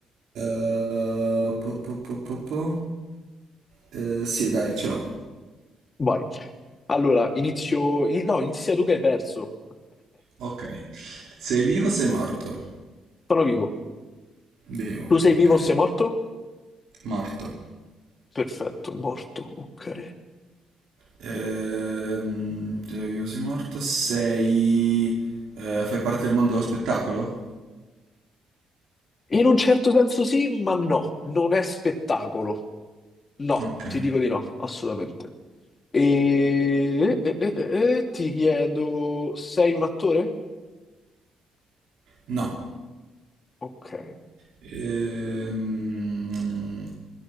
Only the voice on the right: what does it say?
Eh, po, po, po, po, po. Eh, sì, dai, ce l'ho.
Ok. Sei vivo o sei morto?
Vivo,
ok.
Morto.
Ehm, sei vivo, sei morto. Sei... eh, fai parte del mondo dello spettacolo?
Ok.
No.
Ehm,